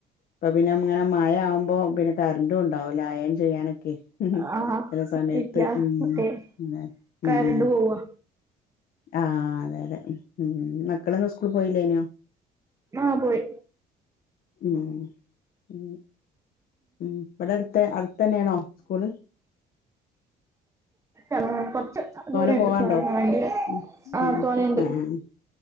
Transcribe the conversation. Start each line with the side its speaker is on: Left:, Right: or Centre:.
Left: ഇപ്പൊ പിന്നെ ഇങ്ങനെ മഴ ആകുമ്പോ പിന്നെ കറന്റും ഉണ്ടാവില്ല അയൺ ചെയ്യാനൊക്കെ ക്ക്
Right: ആഹ്
Left: ചില സമയത്ത്
Right: ഇല്ല
Left: ഉം
Right: മറ്റേ
Left: പിന്നെ ഉം
Right: കരണ്ട് പോവാ
Left: ആ അതെ അതെ ഉം മക്കളൊന്നും സ്കൂളിൽ പോയില്ലേനോ
Right: ആ പോയി
Left: ഉം ഉം ഉം ഇവിടെ അടുത്ത് അടുത്ത തന്നെയാണോ സ്കൂള്
Right: അ കുറച്ചു ദൂരെയുണ്ട്
Left: തോനെ പോവാണ്ടോ
Right: വണ്ടി
Left: ഉം
Right: ആ
Left: ഉം ഉം
Right: തോനെയുണ്ട്
Left: ആഹ് ആഹ്